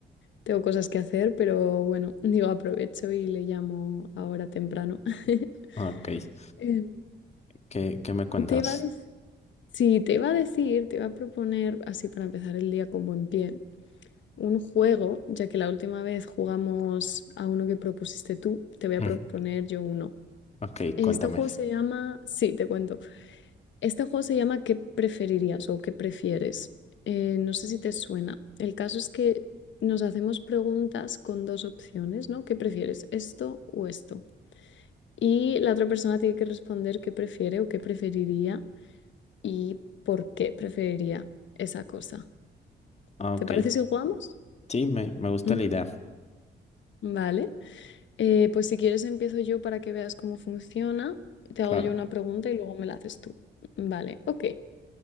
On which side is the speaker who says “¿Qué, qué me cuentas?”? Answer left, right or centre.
Left